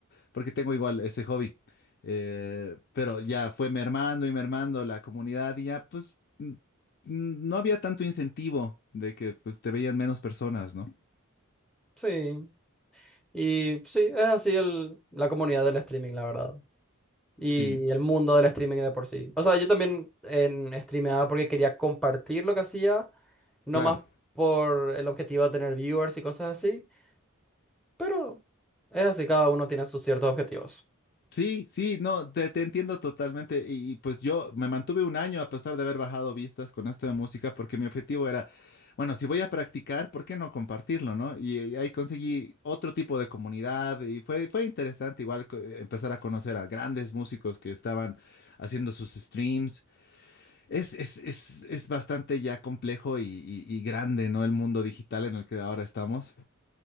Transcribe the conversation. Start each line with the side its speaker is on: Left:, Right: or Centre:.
Left: porque tengo igual ese hobby. Eh, pero ya fue mermando y mermando la comunidad y ya, pues, n- n- no había tanto incentivo de que pues, te veían menos personas, ¿no?
Centre: Sí, y sí, es así el, la comunidad del streaming, la verdad. Y
Left: Sí,
Centre: el mundo del streaming de por sí. O sea, yo también en streameaba porque quería compartir lo que hacía, no
Left: claro.
Centre: más por el objetivo de tener viewers y cosas así, pero es así, cada uno tiene sus ciertos objetivos.
Left: Sí, sí, no, te, te entiendo totalmente. Y, y, pues yo me mantuve un año a pesar de haber bajado vistas con esto de música, porque mi objetivo era, bueno, si voy a practicar, ¿por qué no compartirlo, no? Y, y ahí conseguí otro tipo de comunidad y fue, fue interesante igual co- eh, empezar a conocer a grandes músicos que estaban haciendo sus streams. Es, es, es, es bastante ya complejo y, y- y grande, ¿no? El mundo digital en el que ahora estamos.